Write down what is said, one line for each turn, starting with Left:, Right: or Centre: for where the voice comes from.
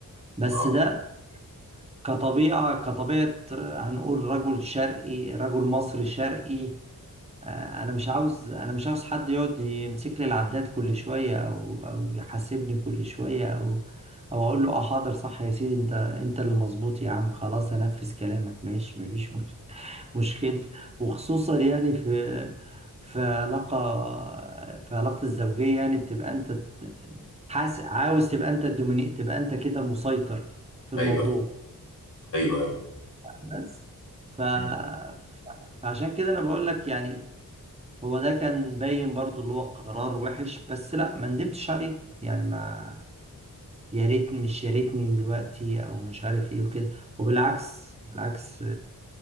Right: بس
Left: اه
Right: ده كطبيعة كطبيعة آه، هنقول رجل شرقي رجل مصري شرقي آه، انا مش عاوز انا مش عاوز حد يقعد يمسك لي العداد كل شوية او او يحاسبني كل شوية او او اقول له اه حاضر صح يا سيدي انت انت اللي مظبوط يا عم خلاص هنفذ كلامك ماشي مفيش مشكلة مشكلة وخصوصا يعني في في علاقة في علاقة الزوجية يعني بتبقى انت ت- حاس عاوز تبقى انت الدوميني تبقى انت كده مسيطر في الموضوع
Left: أيوه أيوه أيوه
Right: بس ف... ف...
Left: مم.
Right: فعشان كده انا بقول لك يعني هو ده كان باين برضو اللي هو قرار وحش بس لا ما ندمتش عليه يعني ما يا ريت مش يا ريتني دلوقتي او مش عارف ايه وكده وبالعكس بالعكس